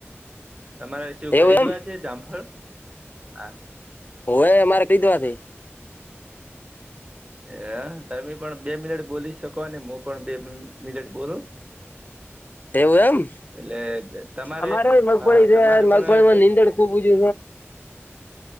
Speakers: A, on the right; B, on the left.
A: તમારે શવું
B: એવું
A: ખરીદવા
B: એમ
A: છે જામંફળ હા
B: હવે મારે કીધવાથી
A: હ તમે પણ બે મિનટ બોલી શકો ને મુ પણ બે મિનટ બોલું <unintelligible>
B: એવું એમ
A: એટલે તમારે
B: અમારે મગફળી
A: હા
B: છે
A: તમારે
B: મગફળીમાં
A: પણ
B: નીંદર <unintelligible>